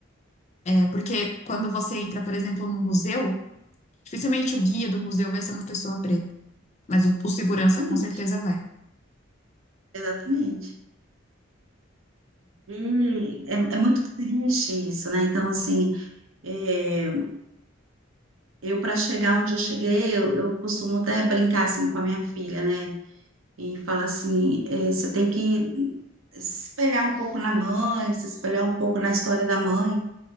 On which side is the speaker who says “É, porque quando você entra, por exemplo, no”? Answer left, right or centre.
Left